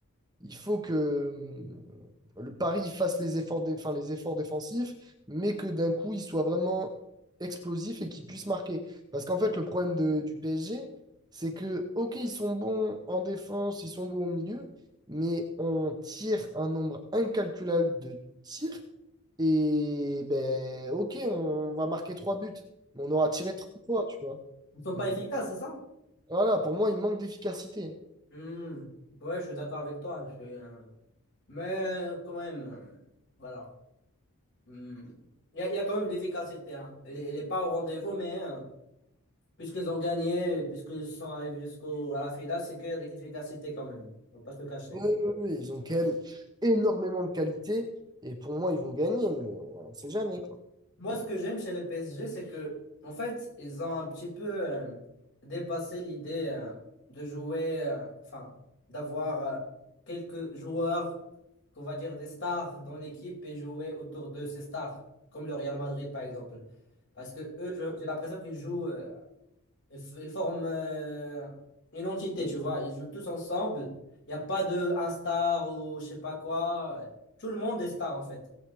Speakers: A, on the right (about 20°); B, on the left (about 55°).
A: il faut que hum, le Paris fasse les efforts, dé- enfin, les efforts défensifs, mais que d'un coup, il soit vraiment explosif et qu'il puisse marquer. Parce qu'en fait, le problème de- du PSG, c'est que, OK, ils sont bons en défense, ils sont bons au milieu, mais on tire un nombre incalculable de tirs. Et ben, OK, on va marquer trois buts, mais on aura tiré trois fois, tu vois.
B: Ils ne sont pas
A: Donc
B: efficaces, c'est ça?
A: voilà, pour moi, il manque d'efficacité.
B: Hmm. Ouais, je suis d'accord avec toi. je suis, euh, Mais euh, quand même, euh, voilà. Hmm. Il y a, il y a quand même de l'efficacité. hein. Elle est, elle est pas au rendez-vous, mais euh, Puisqu'ils ont gagné, puisqu'ils sont arrivés jusqu'au à la finale, c'est qu'il y a de l'efficacité quand même. Faut pas se le cacher.
A: Oui, oui, oui, ils ont quand même énormément de qualité et pour moi, ils vont gagner, mais on ne sait jamais, quoi.
B: Moi, ce que j'aime chez le PSG, c'est que, en fait, ils ont un petit peu euh, dépassé l'idée euh, de jouer, euh, enfin, d'avoir euh, quelques joueurs, qu'on va dire des stars dans l'équipe et jouer autour de ces stars, comme le Real Madrid par exemple. Parce que eux, je- j'ai l'impression qu'ils jouent. euh, Ils f- ils forment euh, une entité, tu vois. Ils jouent tous ensemble. Il n'y a pas de un star ou je sais pas quoi. Tout le monde est star en fait.